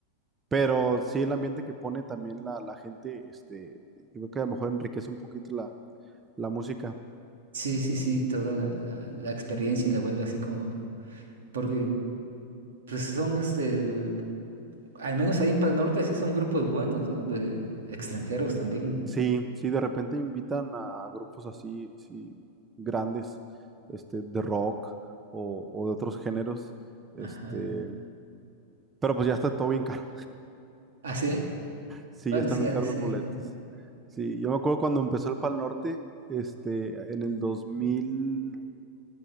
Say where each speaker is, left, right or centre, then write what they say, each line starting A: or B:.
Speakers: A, on the right; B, on the right.
A: pero sí el ambiente que pone también la, la gente, este, yo creo que a lo mejor enriquece un poquito la, la música.
B: sí, sí, sí, toda la, la, la experiencia la vuelve así como, porque pues son este Al menos ahí en Pal Norte sí son grupos buenos, ¿no? De extranjeros también.
A: Sí, sí, de repente invitan a grupos así, sí, grandes, este, de rock o, o de otros géneros, este,
B: Ajá.
A: pero pues ya está todo bien caro.
B: ¿Ah, sí?
A: Sí,
B: Bueno,
A: ya están
B: sí
A: bien
B: ha
A: caros
B: de ser,
A: los boletos.
B: ¿no?
A: Sí, yo me acuerdo cuando empezó el Pal Norte, este, en el dos mil